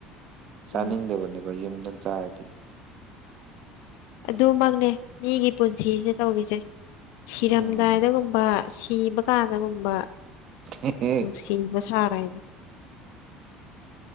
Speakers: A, on the right; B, on the left.
A: ꯆꯥꯅꯤꯡꯗꯕꯅꯦꯕ
B: ꯎꯝ
A: ꯒꯣꯏ ꯌꯨꯝꯗꯪ ꯆꯥꯔꯗꯤ
B: ꯑꯗꯨꯃꯛꯅꯦ ꯃꯤꯒꯤ ꯄꯨꯟꯁꯤꯖꯦ ꯇꯧꯔꯤꯖꯦ ꯁꯤꯔꯝꯗꯥꯏꯗꯒꯨꯝꯕ
A: ꯎꯝ
B: ꯁꯤꯕ ꯀꯥꯟꯗꯒꯨꯝꯕ
A: <unintelligible>
B: ꯁꯤꯕ ꯁꯥꯔꯦꯗꯣ